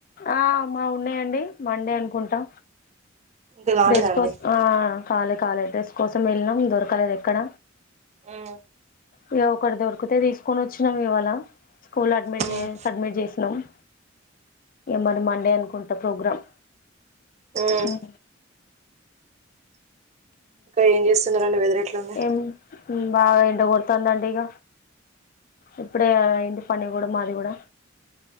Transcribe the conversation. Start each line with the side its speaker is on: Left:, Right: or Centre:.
Left: ఆ మా ఉన్నాయండి మండే అనుకుంటా
Right: ఇంకా కాలేదా
Left: రెస్కోస్
Right: అండి
Left: ఆ కాలే కాలే డ్రెస్ కోసం వెళ్ళినాం దొరకలేదు ఎక్కడ
Right: హుం
Left: ఇగ ఒకటి దొరికితే తీసుకొని వచ్చినాం ఇవాళ స్కూల్ అడ్మిట్
Right: ఉమ్
Left: సబ్మిట్ చేసినం మన మండే అనుకు వంట ప్రోగ్రాం
Right: ఉమ్
Left: హుం
Right: ఇంకా ఏం చేస్తున్నారు అండి వెదర్ ఎట్లా ఉంది
Left: ఏం బాగా ఎండకొడుతుంది అండి ఇగ ఇప్పుడే కదా అయింది పని కూడా మాది కూడా